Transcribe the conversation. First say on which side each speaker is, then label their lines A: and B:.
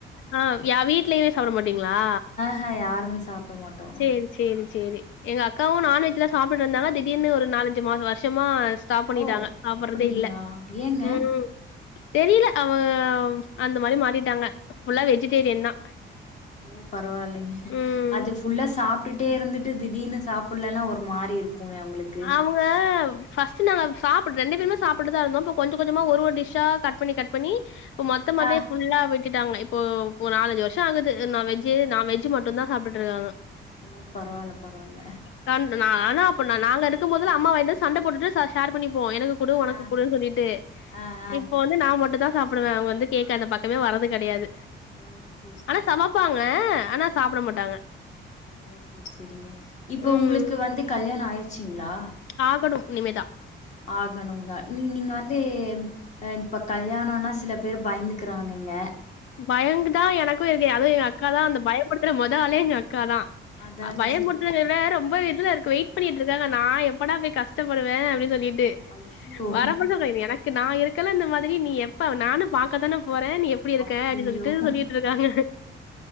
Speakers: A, on the left; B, on the left.
A: ஆ யா வீட்லயுமே சாப்பிட மாட்டீங்களா
B: ஹ யாருமே சாப்பிட மாட்டோ
A: சேரி சேரி சேரி எங்க அக்காவு நான்வெஜ்லா சாப்பிட்ருந்தாங்கா திடீர்னு ஒரு நாலஞ்சு மாஸ் வர்ஷமா ஸ்ட்டாப்பண்ணிட்டாங்க
B: ஓ
A: சாப்பறதே
B: அப்டிங்களா
A: இல்ல
B: ஏங்க
A: ம் தெரியல அவ அந்த மாரி மாறிட்டாங்க ஃபுல்லா
B: <inaudible>
A: வெஜிடேரியன் தா.
B: ஓ பரவாயில்லைங்க
A: ம்
B: அது ஃபுல்லா சாப்ட்டுட்டே இருந்துட்டு திடீர்னு சாப்பலன்னா ஒரு மாரி இருக்குமே அவுங்களுக்கு
A: அவுங்க ஃபஸ்ட்டு நாங்க சாப்ட்டு ரெண்டு பேருமே சாப்பட்டுதா இருந்தோ கொஞ்ச கொஞ்சமா ஒரு ஒரு டிஷ்ஷா கட் பண்ணி கட் பண்ணி இப்ப மொத்தமாவவே
B: ஆ
A: ஃபுல்லா விட்டுடாங்க இப்போ போ நாலாஞ்சு வர்ஷோ ஆகுது நா வெஜ்ஜே நா வெஜ்ஜு மட்டுந் தா சாப்டுட்ருக்காங்க
B: ஓ பரவால்ல பரவால்ல
A: <unintelligible> நா ஆனா அப்ப நா நாங்க எடுக்கும்போதுலா அம்மா வந்து சண்ட போட்டுட்டு ச ஷேர் பண்ணிப்போ எனக்கு குடு உனக்கு
B: ஆ
A: குடுன் சொல்லிட்டு
B: ஆ ஆ
A: இப்ப வந்து நா மட்டு தா சாப்டுவே அவுங்க வந்து கேக்க அந்த பக்கமே வராது கெடையாது
B: ஓ சேர்
A: ஆனா சமப்பாங்க ஆனா சாப்ட
B: ம்
A: மாட்டாங்க
B: ஓ சேர் செரிங்க இப்ப
A: ம்
B: உங்களுக்கு வந்து கல்யாணோ ஆயி ச்சிங்ளா
A: ஆகணு இனிமே தா
B: ஆகணும் தா நீ நீங்க வந்து அ இப்போ கல்யாணோனா சில பேர் பயந்துக்கிறாங்கங்க
A: பயங்கு தா எனக்கு இருக்கு அது எங்க அக்கா தா அந்த பயப்படுத்துற மொத ஆளே எங்க அக்கா தா
B: அதாங்க
A: பயமுடுத்
B: சி
A: தில ரொம்ப இதில இருக்கு வெயிட் பண்ணிட்ருக்காங்க நா எப்படா போய் கஷ்டப்படுவே அப்டி சொல்லிட்டு
B: ஐயோ
A: வர மாட்டக்கா இனி எனக்கு நா இருக்கல இந்த மாதிரி நீ எப்ப நானு பாக்கதான போறே நீ எப்
B: அப்டியோ
A: க அப்டி சொல்லிட்டு சொல்லிட்ருக்காங்க